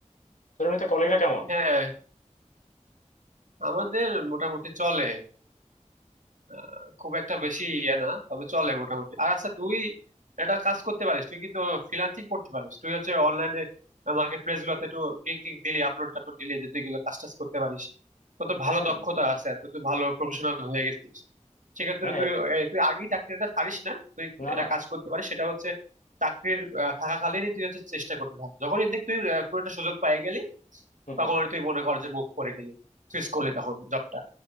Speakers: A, on the left; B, on the right.
A: তোর এমনিতে কলিগরা কেমন
B: হ্যাঁ আমাদের মোটামুটি চলে আহ, খুব একটা বেশি ইয়ে না তবে চলে মোটামুটি আর আচ্ছা তুই একটা কাজ করতে পারিস তুই কিন্তু ফ্রিল্যান্সিং করতে পারিস তুই হচ্ছে অনলাইনে মার্কেট প্লেস গুলোতে একটু গিগ টিক দিলি আপলোড টাপলোড দিলি যে তুই এগুলো কাজ টাজ করতে পারিস তোর তো তোর
A: হ্যাঁ
B: ভালো দক্ষতা আছে তুই তো ভালো প্রফেশনাল হয়ে গেছিস সেক্ষেত্রে
A: হ্যাঁ
B: তুই এ, তুই আগেই চাকরিটা ছাড়িস না তুই
A: না
B: একটা
A: না
B: কাজ করতে পারিস সেটা হচ্ছে চাকরির আহ, থাকাকালীনই তুই হচ্ছে চেষ্টা করতে থাক যখনই দেখ তুই আহ, কোনো একটা সুযোগ পেয়ে গেলি
A: হুম
B: তখন
A: হুম
B: তুই মনে কর যে মুভ করে গেলি সুইচ করলি তখন জবটা